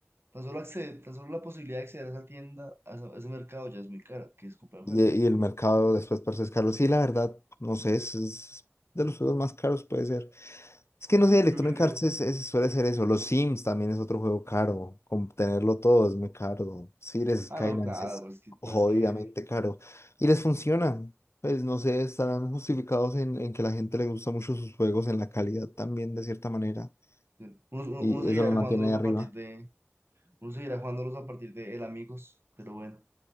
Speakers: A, on the right; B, on the left.
A: tan solo, acceder, tan solo la posibilidad de acceder a esa tienda, a, esa- a ese mercado ya es muy cara, que es comprar el
B: Y,
A: juego.
B: eh, y el mercado después parece es caro. Sí, la verdad, no sé, es, es de los juegos más caros puede ser. Es que no sé, Electronic
A: Yo creo.
B: Arts es- es- suele ser eso. Los Sims también es otro juego caro. con tenerlo todo es muy caro. Cities
A: Ah,
B: Skylines
A: no, claro,
B: es
A: pues que, pues
B: jodidamente
A: que
B: caro. Y les funciona. Pues no sé, estarán justificados en, en que la gente le gusta mucho sus juegos, en la calidad también de cierta manera.
A: uno, uno,
B: Y
A: uno seguirá
B: eso lo mantiene
A: jugándolos
B: ahí arriba.
A: a partir de, uno seguirá jugándolos a partir de el amigos, pero bueno,